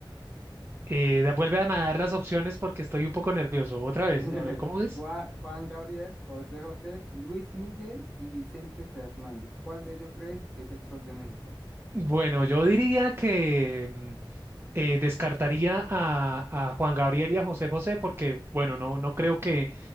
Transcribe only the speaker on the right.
Eh, da- vuelve a dar las opciones porque estoy un poco nervioso. Otra vez,
a ver cómo es.
Bueno, yo diría que mm, eh, descartaría a, a Juan Gabriel y a José José porque, bueno, no, no creo que,